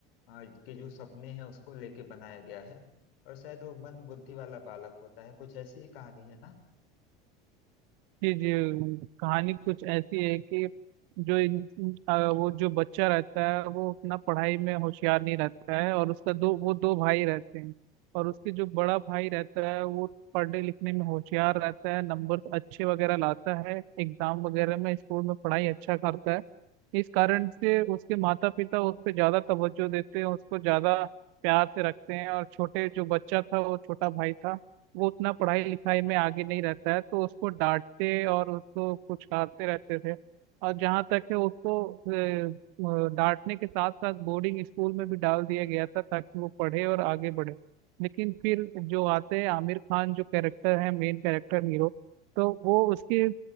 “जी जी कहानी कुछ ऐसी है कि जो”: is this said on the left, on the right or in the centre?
Right